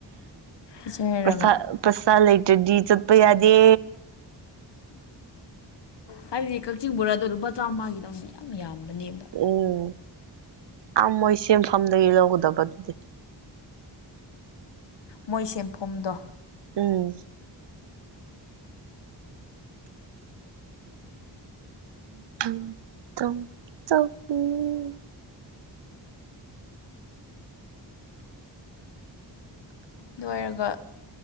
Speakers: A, on the left; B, on the right.
A: ꯆꯠꯁꯦ ꯍꯥꯏꯔꯒ
B: ꯄꯩꯁꯥ ꯄꯩꯁꯥ ꯂꯩꯇ꯭ꯔꯗꯤ ꯆꯠꯄ ꯌꯥꯗꯦ
A: ꯍꯥꯏꯕꯗꯤ ꯀꯛꯆꯤꯡ ꯕꯣꯔꯥꯗ ꯑꯗꯨꯝ ꯃꯕꯆꯥ ꯃꯥꯒꯤꯗꯧꯅꯦ ꯌꯥꯝꯕ ꯑꯅꯦꯝꯕ
B: ꯎꯝ ꯑꯥ ꯃꯣꯏ ꯁꯦꯟꯐꯝꯗꯒꯤ ꯂꯧꯒꯗꯕ
A: ꯎꯝ
B: ꯑꯗꯨꯗꯤ
A: ꯃꯣꯏ ꯁꯦꯟꯐꯝꯗꯣ
B: ꯎꯝ ꯎ ꯎꯝ
A: ꯑꯗꯨꯏꯔꯒ